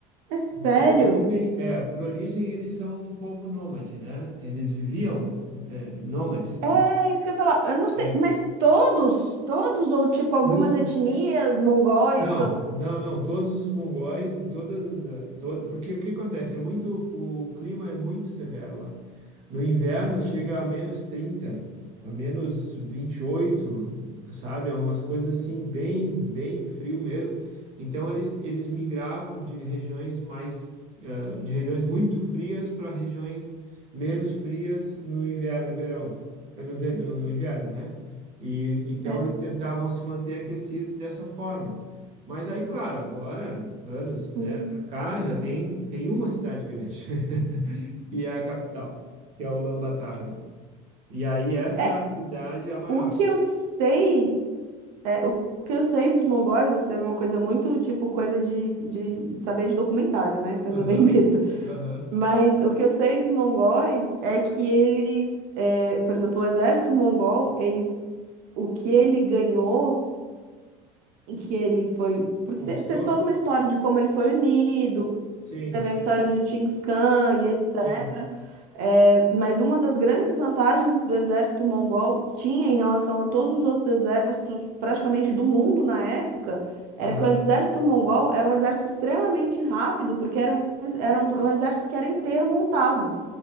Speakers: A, on the right (about 65°); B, on the right (about 45°).
A: É sério?
B: por origem, é, por origem eles são um povo nômade, né? Eles viviam é, nômades, porque
A: É isso que eu ia falar. Eu não sei,
B: é,
A: mas todos, todos, ou tipo, algumas
B: no,
A: etnias mongóis
B: Não,
A: são.
B: não, não. Todos os mongóis, em todas as, eh, todo, porque o que acontece é muito, o clima é muito severo lá. No inverno chega a menos 30, a menos 28, sabe? É umas coisas assim bem, bem frio mesmo. Então eles, eles migravam de regiões mais, eh, de regiões muito frias para regiões menos frias no inverno, no verão, eh, no, ver- no no inverno, né? E então
A: É.
B: eles tentavam se manter aquecidos dessa forma. Mas aí, claro, agora, anos, né,
A: Hum,
B: para cá, já tem, tem uma cidade grande, <laughs> e é a capital, que é o Lambataro. o nome. E aí, essa
A: é. É,
B: cidade é a maior.
A: O que eu sei, é, o o que eu sei dos mongóis, isso é uma coisa muito, tipo, coisa de, de saber de documentário, né? Coisa
B: Aham,
A: bem <laughs> besta.
B: aham.
A: Mas o que eu sei dos mongóis é que eles, é, por exemplo, o exército mongol, ele, o que ele ganhou, e que ele foi. Porque
B: Conquistou?
A: tem, tem toda uma história de como ele foi unido,
B: Sim,
A: teve a história do Chinggis Khan e etc.
B: sim.
A: É, mas uma das grandes vantagens do exército mongol tinha em relação a todos os outros exércitos, praticamente do mundo na época, era
B: Aham.
A: que o exército mongol era um exército extremamente rápido, porque era um, era um um exército que era inteiro montado.